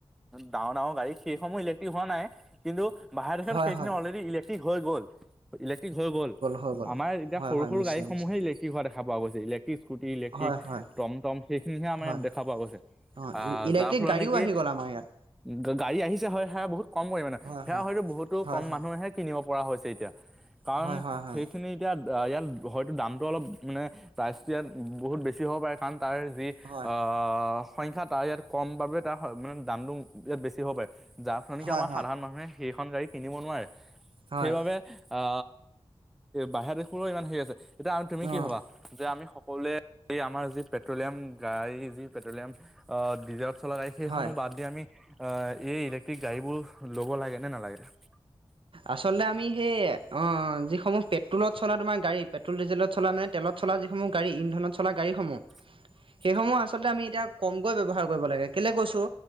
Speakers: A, in the centre; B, on the right (about 55°).
A: ডাঙৰ-ডাঙৰ গাড়ী সেইসমূহ ইলেক্ট্ৰিক হোৱা নাই, কিন্তু বাহ
B: হয়
A: সেইখিনি
B: হয়
A: অলৰেডি ইলেক্ট্ৰিক হৈ গ'ল, ইলেক্ট্ৰিক হৈ গ'ল।
B: হৈ গ'ল
A: আমাৰ এতিয়া
B: হয়
A: সৰু-সৰু
B: হয় নিশ্চয়
A: গাড়ীসমূহেই
B: নিশ্চয়
A: ইলে কি হোৱা দেখা পোৱা গৈছে, ইলেক্ট্ৰিক স্কুটি ইলেট্ৰিক
B: হয় হয়
A: টম টম, সেইখিনিহে আমাৰ
B: হয়
A: ইয়াত দেখা পোৱা গৈছে।
B: অঁ
A: আ
B: ইলেক্ট্ৰিক
A: যাৰ ফলত
B: গাড়ীও
A: নেকি
B: আহি গ'ল আমাৰ ইয়াত
A: গ--গাড়ী আহিছে হয় সেয়া বহুত কম পৰিমাণে
B: হয়
A: সেয়া
B: হয়
A: হয়টো বহুতো
B: হয়
A: কম
B: হয়
A: মানুহে হে কিনিব পৰা হৈছে এতিয়া, কাৰণ
B: হয় হয় হয়
A: সেইখিনি ইয়াত ইয়াত হয়তো দামটো অলপ মানে প্ৰাইচটো ইয়াত বহুত বেছি হ'ব পাৰে কাৰণ তাৰ যি আ
B: হয়
A: সংখ্যা তাৰ ইয়াত কম বাবে তাৰ মানে দামটো ইয়াত বেছি হ'ব পাৰে। যাৰ ফলত নেকি
B: হয়
A: আমাৰ সাধাৰণ মানুহে সেইখন গাড়ী কিনিব নোৱাৰে,
B: হয়
A: সেইবাবে
B: হয়
A: আ, বাহিৰা দেশৰো ইমান হেৰি আছে। এতিয়া আমি তুমি কি
B: অঁ
A: ভবা? যে আমি সকলোৱে এই আমাৰ যি পেট্ৰলিয়াম গাঢ়ী যি পেট্ৰলিয়াম অ, ডিজেল চলা গাঢ়ী সেইসমূহ
B: হয়
A: বাদ দি আমি এই ইলেক্ট্ৰিক গাড়ীবোৰ ল'ব লাগে নে নালাগে? <unintelligible>
B: আচলতে আমি সেই অ', যিসমূহ পেট্ৰলত চলা তোমাৰ গাড়ী, পেট্ৰল ডিজেলত চলা মানে তেলত চলা যিসমূহ গাড়ী, ইন্ধত চলা গাড়ী সমূহ
A: <unintelligible>
B: সেইসমূহ আচলতে আমি এতিয়া কমকৈ ব্যৱহাৰ কৰিব লাগে। কেলৈ কৈছোঁ,